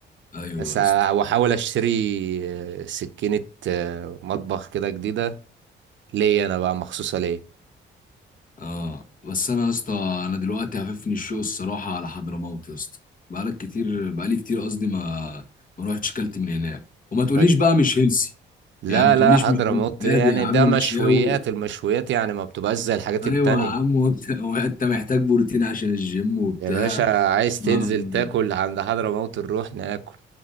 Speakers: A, on the left; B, on the right.
A: ايوه
B: بس
A: يا
B: ه-
A: اسطى
B: هحاول اشتري آه، سكينة آه، مطبخ كده جديدة ليا انا بقى مخصوصة ليا
A: اه بس انا يا اسطى انا دلوقتي هففني الشوق الصراحه على حضرموت يا اسطى بقالك كتير بقالي كتير قصدي ما ما روحتش كلت من هناك وما تقوليش
B: يبقى-
A: بقى مش هيلسي
B: لا
A: يعني ما تقوليش
B: لا حضرموت
A: مش هيلثي.
B: يعني
A: عادي يا عم
B: ده
A: مشاوي
B: مشويات المشويات يعني ما بتبقاش زي الحاجات
A: ايوه
B: التانية
A: يا عم وانت وانت محتاج بروتين عشان الجيم وبتاع
B: يا باشا عايز تنزل
A: آه.
B: تاكل عند حضرموت نروح ناكل